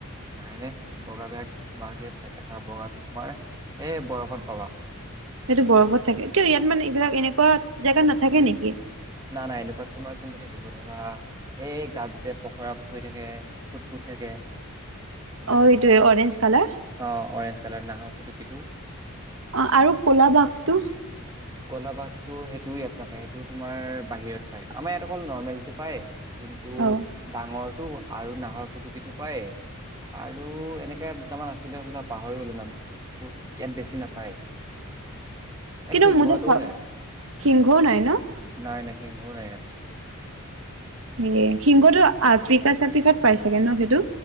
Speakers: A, on the right (about 15°); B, on the right (about 60°).
A: নাই নাই। বগা বেগ- বাঘ ইয়াত নেদেখা বগাটো তোমাৰ এই বৰফত পাবা।
B: সেইটো বৰফত থাকে। কিয় ইয়াত মানে ইবিলাক এনেকুৱা জাগাত নাথাকে নেকি?
A: না না এনেকুৱাত তোমাৰ কোনটো থাকিব ধৰা এই গাত যে পখৰা পৰি থাকে ফুট ফুট থাকে।
B: অ এইটোৱে অৰেঞ্জ কালাৰ।
A: অ অৰেঞ্জ কালাৰ নাহৰ ফুটুকীটো
B: অ' আৰু ক'লা বাঘটো
A: ক'লা বাঘটো সেইটোও ইয়াত নাপায় সেইটো তুম মাৰ বাহিৰত পায়। আমাৰ ইয়াত অকল নৰ্মেল টো পায়। যোনটো
B: অ
A: ডাঙৰ টো আৰু নাহৰ ফুটুকীটো পায় আৰু এনেকে দুটামান আছিলে বোলে পাহৰি গলো নাম কিন্তু ইয়াত বেছি নাপায়। এই
B: কিন্তু
A: সিংহটোও
B: মোৰ যে চ
A: নাই
B: সিংহও নাই ন?
A: নাই নাই সিংহও নাই ইয়াত।
B: এ সিংহটো আফ্ৰিকা চাফ্ৰিকাত পাই চাগে ন সেইটো?